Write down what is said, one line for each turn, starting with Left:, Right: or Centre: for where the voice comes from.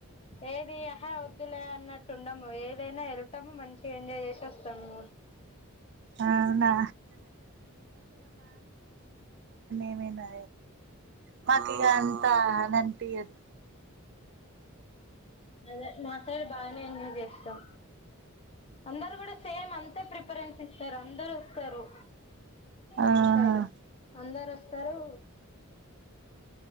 Left: ఏది అహా వద్దులే అన్నట్ టూ ఉండమ్ము ఏదైనా ఎ స్తాము మంచిగా ఎంజాయ్ చేసి వస్తాము
Right: అవునా ఏమైనా మాకు ఇక అంతా న టీ ది
Left: అదే మా సైడ్ బాగానే ఎంజాయ్ చేస్తాం అందరూ కూడా సేమ్ అంతే ప్రిఫరెన్స్ ఇస్తారు అందరూ సారు
Right: ఆహా
Left: మాసైడు అందర సారు